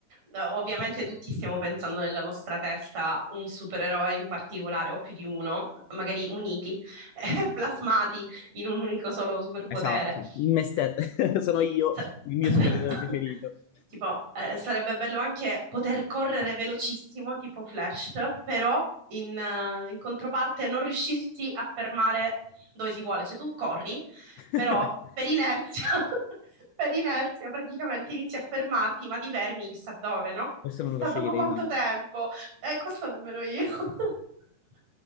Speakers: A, on the right; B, on the left.
A: no, ovviamente tutti stiamo pensando nella nostra testa un supereroe in particolare, o più di uno, magari uniti, <laughs> eh, plasmati in un unico solo superpotere.
B: Esatto, in me stesso,
A: Tipo,
B: <laughs> sono io
A: sa-
B: il mio
A: <laughs>
B: supereroe preferito.
A: tipo, eh, sarebbe bello anche poter correre velocissimo, tipo Flash, però in, eh, in controparte non riuscirsi a fermare dove si vuole. Cioè, tu corri
B: <laughs>
A: però per inerzia, <laughs> per inerzia praticamente inizi a fermarti, ma ti fermi chissà dove, no?
B: Questo
A: Chissà
B: non lo sceglierei
A: dopo quanto
B: mai.
A: tempo. Eh, questo nemmeno io. <laughs>